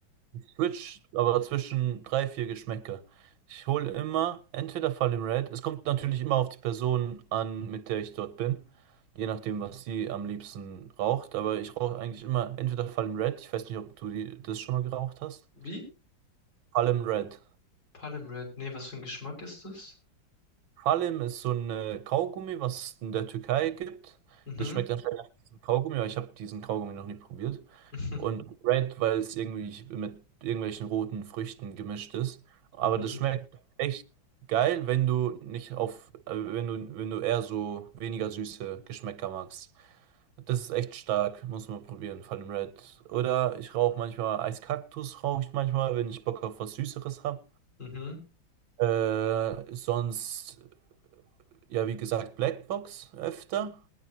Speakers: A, on the right; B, on the left.
A: Ich switch aber zwischen drei, vier Geschmäcker. Ich hole immer entweder Fallen Red. Es kommt natürlich immer auf die Person an, mit der ich dort bin. Je nachdem, was sie am liebsten raucht. Aber ich rauche eigentlich immer entweder Fallen Red. Ich weiß nicht, ob du die, das schon mal geraucht hast.
B: Wie?
A: Fallen Red.
B: Palm Red. Nee, was für ein Geschmack ist das?
A: Kalim ist so ein äh, Kaugummi, was es in der Türkei gibt.
B: Mhm.
A: Das schmeckt anscheinend nach diesem Kaugummi, aber ich habe diesen Kaugummi noch nie probiert.
B: <laughs>
A: Und Red, weil es irgendwie mit irgendwelchen roten Früchten gemischt ist. Aber
B: Mhm,
A: das schmeckt echt geil, wenn du nicht auf, äh, wenn du, wenn du eher so weniger süße Geschmäcker magst. Das ist echt stark, muss man probieren, vor allem Red. Oder ich rauche manchmal Eiskaktus, rauche ich manchmal, wenn ich Bock auf was Süßeres habe.
B: mhm.
A: Äh, sonst ja, wie gesagt, Blackbox öfter.